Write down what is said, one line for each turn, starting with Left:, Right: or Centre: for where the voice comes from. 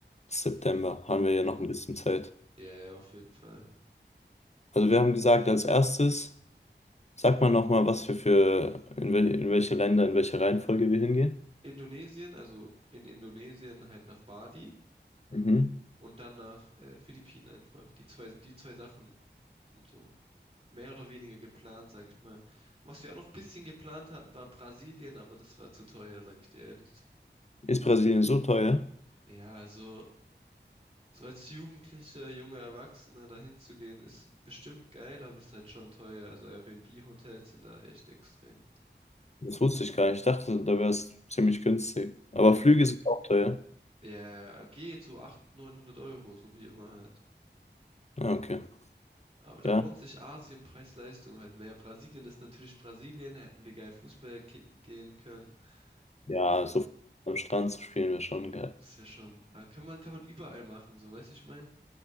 Left: September haben wir ja noch ein bisschen Zeit.
Right: Ja, ja, auf jeden Fall.
Left: Also wir haben gesagt, als erstes. Sag mal nochmal, was wir für, in, wel in welche Länder, in welche Reihenfolge wir hingehen.
Right: Indonesien, also in Indonesien halt nach Bali.
Left: Mhm.
Right: und dann nach äh, Philippinen einfach. Die zwei, die zwei Sachen sind so mehr oder weniger geplant, sage ich mal. Was wir auch noch ein bisschen geplant hatten, war Brasilien, aber das war zu teuer, sage ich dir ehrlich.
Left: Ist Brasilien so teuer?
Right: Ja, also so als Jugendlicher, junger Erwachsener dahin zu gehen, ist bestimmt geil, aber ist halt schon teuer. Also Airbnb-Hotels sind da echt extrem.
Left: Das wusste ich gar nicht. Ich dachte, da wäre es ziemlich günstig. Aber
Right: Und,
Left: Flüge sind auch teuer.
Right: ja, geht so 800, 900 Euro, so wie immer halt.
Left: Ah, okay.
Right: Aber da
Left: Ja.
Right: lohnt sich Asien Preis-Leistung halt mehr. Brasilien ist natürlich Brasilien, da hätten wir geil Fußball kicken gehen können.
Left: Ja,
Right: Oder
Left: so am Strand zu spielen wäre schon geil.
Right: das wäre schon, äh, kann man, kann man überall machen, so, weißt du, ich meine?